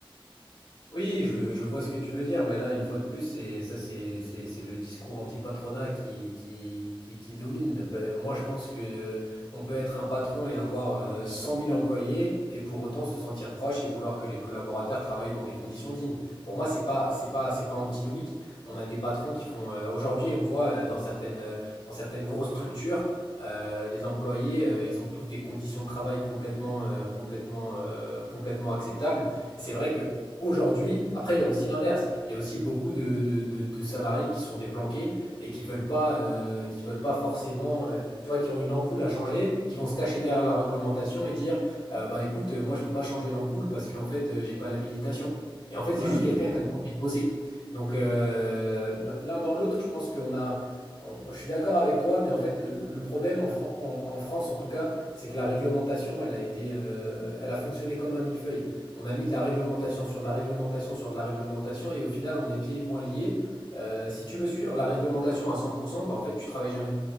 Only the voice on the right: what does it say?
Ah
oui, bien
sûr.